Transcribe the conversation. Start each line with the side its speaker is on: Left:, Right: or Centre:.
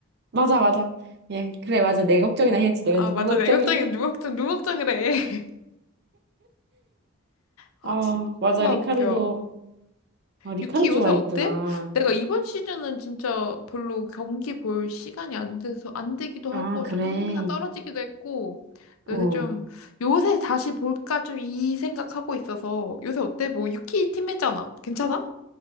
Right: 맞아, 맞아. 예, 그래, 맞아. 내 걱정이나 해야지. 내가
Left: 아,
Right: 누구
Left: 맞아.
Right: 걱정해?
Left: 내 걱정은
Right: <laughs>
Left: 누 걱정, 누구 걱정이래. <laughs> 아,
Right: 아,
Left: 진짜
Right: 맞아.
Left: 웃겨.
Right: 리카르도, 아, 리카르
Left: 유키
Right: 좋아했구나.
Left: 요새 어때? 내가 이번 시즌은 진짜 별로 경기 볼 시간이 안 돼서, 안 되기도 하고,
Right: 아, 그래.
Left: 조금 흥미가 떨어지기도 했고, 요새
Right: 어,
Left: 좀, 요새 다시 볼까 좀 이 생각하고 있어서, 요새 어때? 뭐, 유키 팀이잖아. 괜찮아?